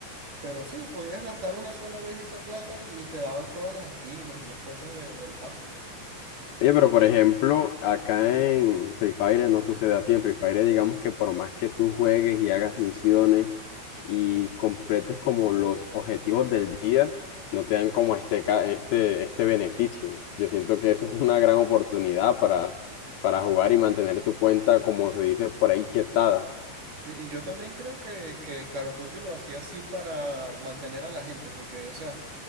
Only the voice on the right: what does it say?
Pero sí, podías gastar una sola vez esa plata y te daban todas las skins y las cosas de- del pase, pues.
Sí, Y yo también creo que, que Call of Duty lo hacía así para mantener a la gente, porque, o sea,